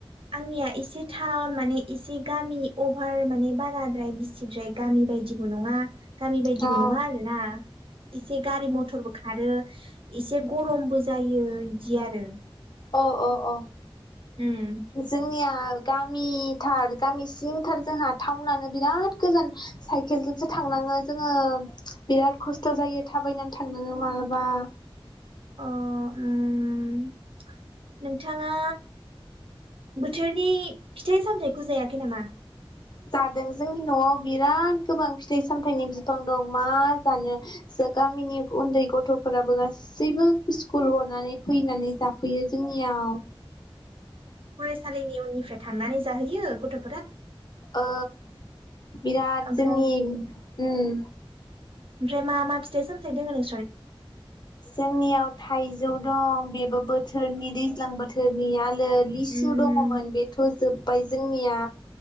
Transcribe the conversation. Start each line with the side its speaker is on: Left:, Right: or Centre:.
Right: आंनिया एसे थावन माने एसे गामि अभार माने बाराद्राय बिसिद्राय गामि बायदिबो नङा। गामि बायदिबो
Left: अ औ
Right: नङा आरो ना? एसे गारि मथरबो खारो एसे गरमबो जायो बिदि आरो।
Left: औ औ औ
Right: उम
Left: जोंनिया गामिथार गामि सिंथार जोंहा टाउनानो बिराद गोजान साइकेलजोंसो थांनाङो जोङो बिराद खस्थ' जायो थाबायनानै थांनाङो मालाबा।
Right: अ उम नोंथाङा बोथोरनि फिथाइ सामथाय जायाखै नामा?
Left: जादों जोंनि न'आव बिराद गोबां फिथाइ सामथाइनि बिफां दं मा जानो जा गामिनि उन्दै गथ'फोराबो गासैबो स्कुल गनानै फैनानै जाफैयो जोंनियाव।
Right: फरायसालिनि उननिफ्राय थांनानै जाहैयो गथ'
Left: औ बिराद
Right: ओमफ्राय
Left: जोंनि उम
Right: ओमफ्राय मा मा फिथाइ सामथाय दों नों
Left: जोंनियाव थाइजौ दं बेबो बोथोरनि दैज्लां बोथोरनिया लिसु
Right: उम
Left: दङमोन बेथ' जोब बाय जोंनिया।